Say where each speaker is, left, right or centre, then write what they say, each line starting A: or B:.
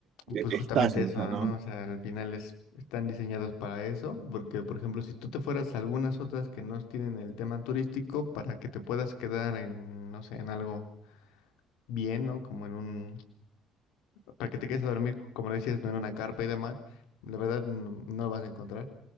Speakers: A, on the right; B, on the left.
A: e-
B: pues
A: está
B: justamente
A: yendo
B: eso,
A: ¿no?
B: ¿no? O sea, al final es- están diseñadas para eso, porque por ejemplo, si tú te fueras a algunas otras que no tienen el tema turístico, para que te puedas quedar en, no sé, en algo bien, ¿no? Como en un para que te quedes a dormir, como lo decías, no en una carpa y demás, la verdad no, no lo vas a encontrar